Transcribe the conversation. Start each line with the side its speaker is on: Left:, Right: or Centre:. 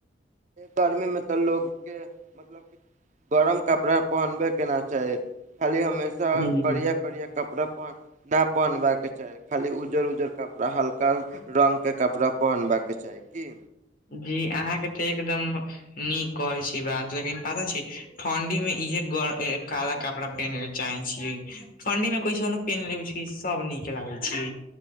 Right: गर्मीमे तऽ लोकके, मतलब कि गरम कपड़ा पहनबे के ना चाही, खाली हमेशा
Left: जी
Right: बढिया- बढिया कपड़ा पहन न पहनबाक के चाही, खाली उज्जर -उज्जर कपड़ा हल्का रंग के कपड़ा पहनबाक के चाही की?
Left: जी! अहाँके तऽ एकदम नीक कहै छी बात, लेकिन पता छी ठंडी में इहे ग काला कपड़ा पहिने छै। चाहे छीयै, ठंडी मे कैसनो पेन ले छी सब नीक लागे छै।